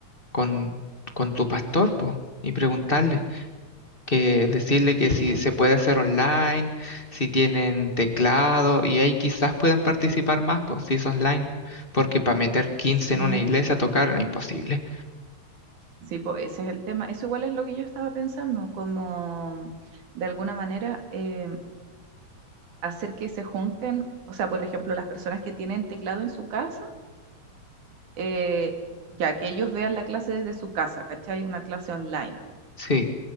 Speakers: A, on the left; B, on the right.
A: con, con tu pastor, pues, y preguntarle. que decirle
B: sí,
A: que si se puede hacer online, si tienen teclado y ahí quizás pueden participar más, pues si es online, porque para meter 15
B: sí,
A: en una iglesia a tocar era imposible.
B: sí, po, ese es el tema. Eso igual es lo que yo estaba pensando, como de alguna manera eh, hacer que se junten, o sea, por ejemplo, las personas que tienen teclado en su casa, eh, ya que ellos vean la clase desde su casa, ¿cachai? Una clase online.
A: Sí,